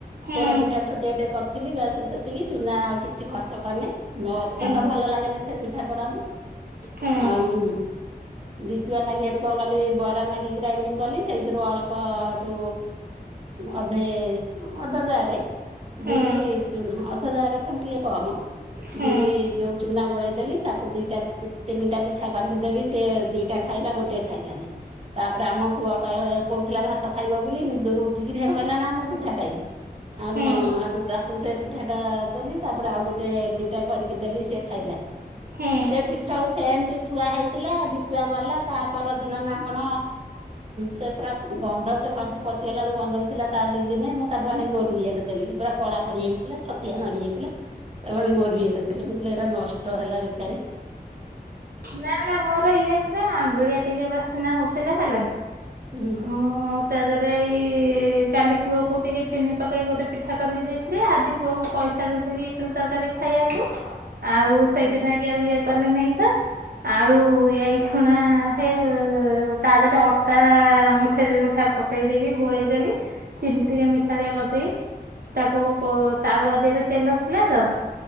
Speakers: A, on the right (about 65°); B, on the right (about 35°).
A: ହୁଁ
B: ପୋଡ ପିଠା ଛୋଟାଆ ଟେ କର। ଥିଲି ବାସ ସେତିକି ଚୁନା ଆଉ କିଛି ଖର୍ଚ୍ଚ କରିନି ମତେ
A: ହୁଁ
B: ତ ଭଲ ଲାଗେନି ସେ ପିଠା ପଣା କୁ।
A: ହୁଁ
B: ଆଉ। ଡିଟୁଆ ନାଗି ସେଠୁ କଣ କଲି ବରା ନାଗି ଗ୍ରାଇଣ୍ଡିଙ୍ଗ କଲି ସେଇଥିରୁ ଅଳ୍ପ ସେଠୁ। ଅଧେ ଅଧାଜାର
A: ହୁଁ ହୁଁ
B: ବିରି ଚୁ ଅଧଜାର ଠୁ ଟିକେ କମ।
A: ହୁଁ
B: ବିରି ଯୋଉ ଚୁନା ଗୋଳେଇ ଦେଲି ତାକୁ ଦିଟା ତିନିଟା ପିଠା କରିକି। ଦେଲି ସେ ଦିଟା ଖାଇଲା ଗୋଟେ ଖାଇଲାନି ତାପରେ ଆମ ପୁଅ କହିବ। କହୁଥିଲା ଭାତ ଖାଇବ ବୋଲି ନିଦରୁ ଉଠିକି ହେଟୁ କହିଲା ନା ମୁଁ ପିଠା ଖାଇବି। <unintelligible>
A: ହୁଁ
B: ତାକୁ ସେ ପିଠା ଟା ଦେଲି ତାପରେ ଆଉ ଗୋଟେ ଦିଟା କରିକି ଦେଲି ସେ ଖାଇଲା
A: ହୁଁ
B: ସେ ପିଠା ହଉ ସେମିତି ଥୁଆ ହେଇଥିଲା ଡିିଟୁଆ ଗଲା ତା ପରଦିନ ନା କଣ ସେ ପ୍ରା ଗନ୍ଧ ସେ ଘରକୁ ପଶିଗଲା ବେଳକୁ ଗନ୍ଧଉଥିଲା ତା ଦି ଦିନେ ମୁଁ ତାଙ୍କୁ ଆଣି ଗୋରୁ ଇଏରେ ଦେଲି ପୁରା କଳା ପଡିଯାଇଥିଲା ଛତିଆ ମାଡିଯାଇଥିଲା। ତାକୁ ଆଣି ଗୋରୁ ଇଏରେ ଦେଲି ମୁଁ କଇଲି ଏରା ନଷ୍ଟ ହେଲା ବେକାର।
A: ନା ନା ମୋର ଇଏ ଟା ଆମ୍ବିଳିଆ ଟିକେ ବାସନା ହଉଥିଲା ହେଲା।
B: ହୁଁ
A: ମୁଁ ତା ଦେହରେ ଏଇ କାଲି ପୁଅକୁ ଟିକେ ଚିନି ପକେଇ ଗୋଟେ ପିଠା କରିକି ଦେଇଥିଲି ଆଜି ପୁଅକୁ ପଇସା ଦେଇଦେଲି ଇଟିଲି ତରକାରୀ ଖାଇବାକୁ ଆଉ
B: ହୁଁ
A: ସେଇଦିନ କି ଆଉ ଇଏ କଲେ ନାଇଁ ତ ଆଉ ଏଇ ଖଣା ହେ ତା ଦେହରେ ଅଟା ମୁଠେ ମୁଠା ପକେଇ ଦେଇକି ଗୋଳେଇଦେଲି ଚିିନ ଟିକେ ମିଠାଳିଆ କରିଦେଇ ତାକୁ ତାୱଆ ଦେହରେ ତେଲ ଥିଲା ତ